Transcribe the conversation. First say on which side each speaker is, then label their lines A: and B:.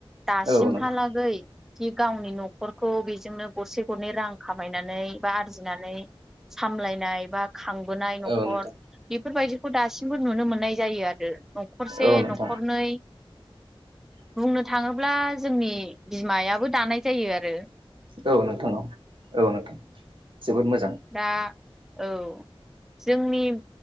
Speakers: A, in the centre; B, on the right.
A: दासिमहालागै
B: औ नोंथां
A: जि गावनि नखरखौ बेजोंनो गरसे गरनै रां खामायनानै बा आरजिनानै सामलायनाय बा खांबोनाय न'खर
B: औ नोंथां
A: बेफोरबायदि खौ दासिमबो नुनो मोननाय जायो आरो नखरसे,
B: औ नोंथां
A: नखरनै बुंनो थाङोब्ला जोंनि बिमायाबो दानाय जायो आरो।
B: औ नोंथां औ औ नोंथां जोबोद मो
A: दा औ जोंनि